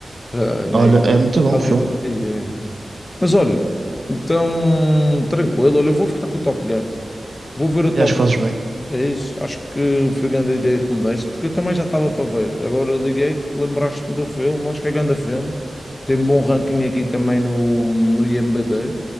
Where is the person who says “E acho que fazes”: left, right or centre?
Right